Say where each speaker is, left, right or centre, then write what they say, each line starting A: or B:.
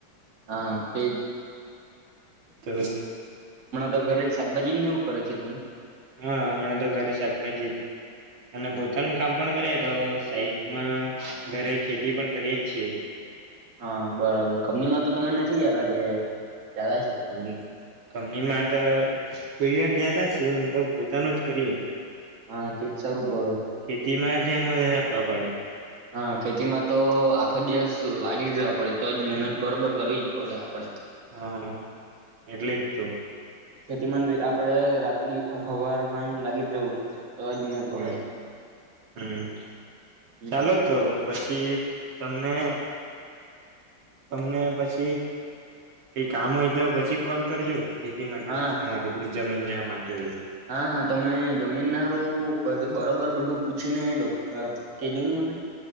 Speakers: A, on the right; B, on the right.
A: હા તેજ.
B: તો
A: તો ઘરે જ શાકભાજી ને એવું કરે છે તમે
B: હા હમણાં તો ઘરે શાકભાજી, અને
A: હા
B: પોતાનું કામ પણ કરે તો સાઈ માં, ઘરે ખેતી પણ કરીયે જ છીએ.
A: હા બરાબર કંપનીમાં તો તમે નથી જતા કે? જતા છે
B: અને કંપનીમાં તો કોઈ યાર જાત દા છીએ નહી તો પોતાનો જ કરીએ.
A: હા, તેજ સારું પડે.
B: તેમાં ધ્યાન વધારે આપવા પડે.
A: હા, ખેતીમાં તો આખો દિવસ લાગી જવા પડે. તોજ મહેનત બરોબર કરવી પડે આપડે.
B: હા, એટલેજ તો.
A: ખેતીમાં ની આપડે રાત ને હવાર હાંજા લાગી જ રહેવું પડે. તોજ મેડ
B: હમ
A: પડે.
B: હમ
A: હમ
B: ચાલો તો પછી તમને તમને પછી કઈ કામ હોય તો પછી કોલ કરજો. ખેતી માટે
A: હા
B: પૂછ્યા માટે પેલી જમીન લેવા માટે હોય. તો
A: હા હા તમે જમીન નારું બદો બરોબર બધું પૂછીને અહ અહ કેજો ને મને.